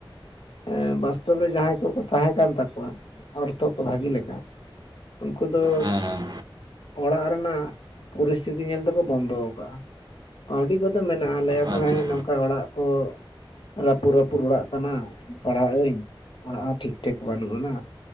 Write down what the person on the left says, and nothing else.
ᱮᱸ ᱵᱟᱥᱛᱚᱵ ᱨᱮ ᱡᱟᱦᱟᱸᱭ ᱠᱚᱠᱚ ᱛᱟᱦᱮᱸ ᱠᱟᱱ ᱛᱟᱠᱚᱣᱟ ᱚᱨᱛᱷᱚ ᱠᱚ ᱵᱷᱟᱜᱤ ᱞᱮᱠᱟ ᱩᱝᱠᱩ ᱫᱚ
ᱚᱲᱟᱜ ᱨᱮᱱᱟᱜ ᱯᱚᱨᱤᱥᱛᱷᱤᱛᱤ ᱧᱮᱞ ᱛᱮᱠᱚ ᱵᱚᱱᱫᱚ ᱟᱠᱟᱜᱼᱟ᱾ ᱠᱟᱹᱣᱰᱤ ᱠᱚᱫᱚ ᱢᱮᱱᱟᱜᱼᱟ ᱞᱟᱹᱭᱟ
ᱠᱚ ᱦᱮᱸ ᱱᱚᱝᱠᱟ ᱚᱲᱟᱜ ᱠᱚ ᱨᱟᱹᱯᱩᱫ ᱨᱟᱹᱯᱩᱫ ᱚᱲᱟᱜ ᱠᱟᱱᱟ ᱯᱟᱲᱦᱟᱜ ᱟᱹᱧ ᱚᱲᱟᱜ ᱦᱚᱸ ᱴᱷᱤᱠ ᱴᱷᱟᱠ ᱵᱟᱹᱱᱩᱜ ᱟᱱᱟ